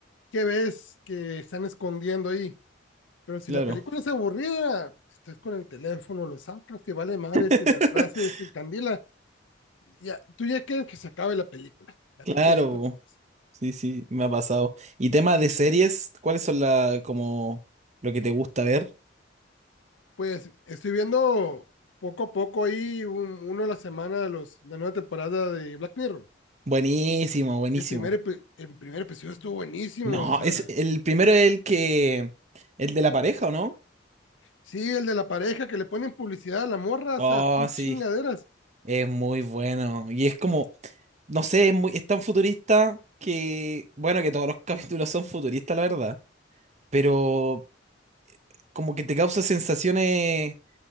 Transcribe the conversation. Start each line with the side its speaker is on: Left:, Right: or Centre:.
Left: qué ves que están escondiendo ahí. Pero si
Right: Claro,
Left: la película es aburrida, estás con el teléfono, lo sacas, te vale madre, si
Right: <laughs>
Left: el de atrás se encandila ya, tú ya quieres que se acabe la película. Ya
Right: claro.
Left: te quieres ir para tu casa.
Right: Sí, sí, me ha pasado. Y tema de series, ¿cuáles son la, como lo que te gusta ver?
Left: Pues estoy viendo poco a poco ahí un- uno a la semana de los, la nueva temporada de Black Mirror.
Right: Buenísimo, buenísimo.
Left: El primer, epi- el primer episodio estuvo buenísimo,
Right: No,
Left: o sea,
Right: es el primero es el que el de la pareja, ¿o no?
Left: sí, el de la pareja que le ponen publicidad a la morra,
Right: Oh,
Left: o sea, son
Right: sí,
Left: chingaderas.
Right: es muy bueno. Y es como,
Left: Y,
Right: no sé, es, muy- es tan futurista que, bueno, que todos los <laughs> capítulos son futuristas, la verdad. Pero como que te causa sensaciones